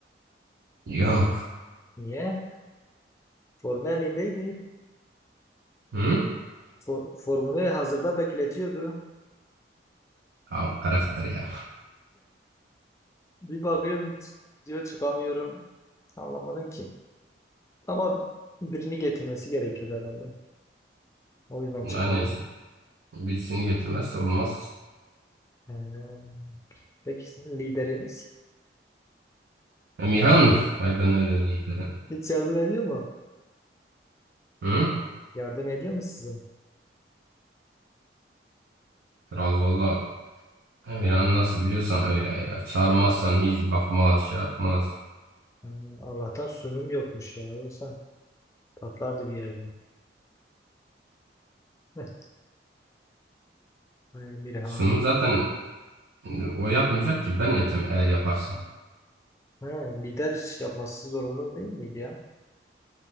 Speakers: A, on the right; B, on the left.
A: Yok.
B: Niye? Formu elindeydi.
A: Hı?
B: For- formunu hazırda bekletiyordu.
A: Al karakter ya.
B: Bir bakıyorum diyor çıkamıyorum. Anlamadım ki. Ama birini getirmesi gerekiyor herhalde. O yüzden çıkmadım.
A: Aynen işte. Birisini getirmezse olmaz.
B: Ee, Peki sizin lideriniz
A: Emirhan mı? Ay ben öyle liderim.
B: hiç yardım ediyor mu?
A: Hı?
B: Yardım ediyor mu size?
A: Kral valla. Emirhan nasıl biliyorsan öyle ya. Çağırmazsan hiç bakmaz, şey yapmaz.
B: Ee, Allah'tan sunum yokmuş ya. Yoksa patlardı bir yerden. <laughs> Ee, Mirhan.
A: Sunum zaten e, o yapmayacak ki ben yapacağım eğer yaparsa.
B: Ha, lider yapması zor olur değil miydi ya?